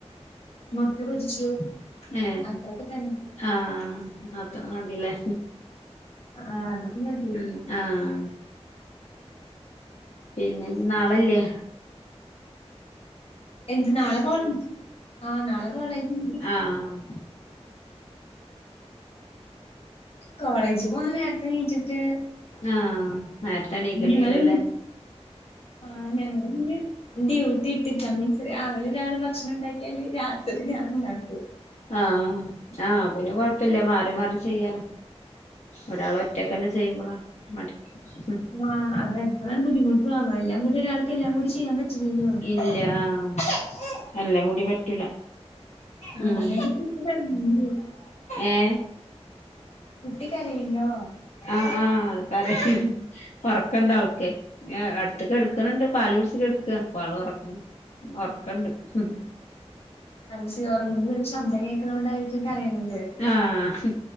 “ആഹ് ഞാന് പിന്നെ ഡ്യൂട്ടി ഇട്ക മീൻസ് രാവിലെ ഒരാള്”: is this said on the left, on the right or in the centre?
Left